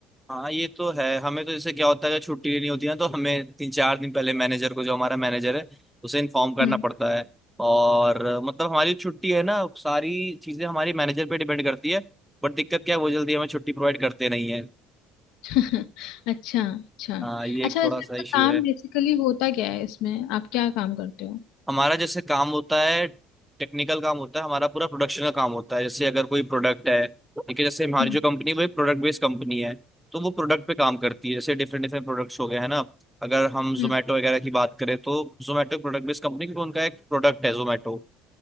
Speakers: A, in the centre; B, on the left.
A: हाँ ये तो है हमें तो जैसे क्या होता है छुट्टी लेनी होती है ना, तो हमें तीन चार दिन पहले मैनेजर को जो हमारा मैनेजर है उसे इन्फॉर्म करना
B: फिर
A: पड़ता है और मतलब हमारी छुट्टी है ना सारी चीजें हमारी मैनेजर पे डिपेंड करती है बट दिक्कत क्या है वो जल्दी हमें छुट्टी प्रोवाइड करते नहीं है
B: <laughs> अच्छा अच्छा
A: हाँ ये
B: अच्छा
A: एक
B: वैसे
A: थोड़ा सा
B: आपका
A: इश्यू
B: काम
A: है
B: बेसिकली होता क्या है इसमें आप क्या काम करते हो
A: हमारा जैसे काम होता है टेक्निकल काम होता है हमारा पूरा प्रोडक्शन का काम होता है जैसे अगर कोई प्रोडक्ट है ठीक है जैसे हमारी
B: हम्म
A: जो कंपनी वो एक प्रोडक्ट बेस्ड कंपनी है तो वो प्रोडक्ट पे काम करती है जैसे डिफरेंट डिफरेंट प्रोडक्ट्स हो गए हैं ना अगर हम
B: हम्म
A: जोमेटो वगैरह की बात करें तो जोमेटो प्रोडक्ट बेस्ड कंपनी क्योंकि उनका एक प्रोडक्ट है जोमेटो